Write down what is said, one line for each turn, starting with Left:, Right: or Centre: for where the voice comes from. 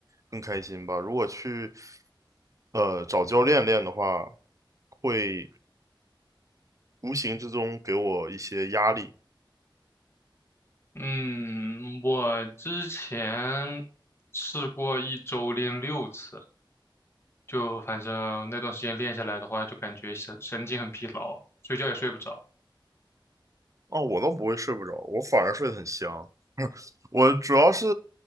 Right: 更开心吧。如果去呃找教练练的话，会无形之中给我一些压力。
Left: 嗯，我之前试过一周练六次，就反正那段时间练下来的话，就感觉神神经很疲劳，睡觉也睡不着。
Right: 哦，我倒不会睡不着，我反而睡得很香。我主要是